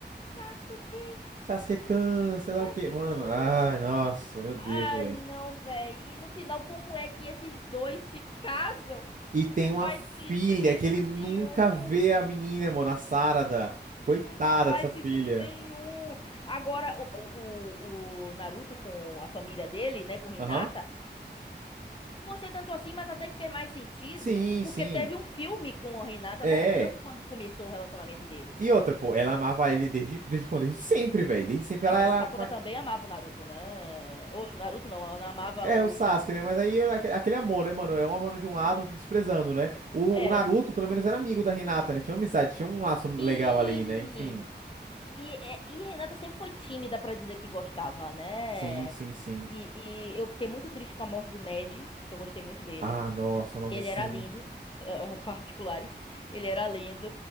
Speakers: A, on the left; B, on the right.
A: Sasuke,
B: Sasuke-kun, sei lá
A: Sasuke.
B: o quê. Mano, ai, nossa, meu Deus,
A: Ai,
B: velho.
A: não, véi. E no final, como é que esses dois se casam?
B: E tem
A: Não
B: uma
A: faz
B: filha
A: sentido
B: que ele nunca
A: nenhum.
B: vê a menina, mano, a Sarada. Coitada
A: Não faz
B: dessa filha.
A: sentido nenhum. Agora, o, o, o Naruto com a família dele, né, com Hinata,
B: Aham.
A: não gostei tanto assim, mas até que fez mais sentido,
B: Sim,
A: porque
B: sim.
A: teve um filme com a Hinata
B: É.
A: mostrando quando começou o relacionamento deles.
B: E outra, pô, ela amava ele desde, desde quando? Desde sempre, velho. Desde sempre
A: É,
B: ela,
A: mas
B: ela.
A: a Sakura também amava o Naruto, né? O Naruto não, ela amava
B: É
A: o
B: o Sasuke,
A: Sasuke.
B: né? Mas aí era aque- aquele amor, né, mano? É um amor de um lado, outro desprezando, né? O,
A: É.
B: o Naruto, pelo menos, era amigo da Hinata, né? Tinha amizade, tinha um laço legal
A: Sim.
B: ali, né? Enfim.
A: E, e, é- e a Renata sempre foi tímida pra dizer que gostava, né?
B: Sim, sim, sim.
A: E, e eu fiquei muito triste com a morte do Neji, que eu gostei muito dele.
B: Ah, nossa, nossa,
A: Ele
B: sim.
A: era lindo, eh, eh, particulares. Ele era lindo,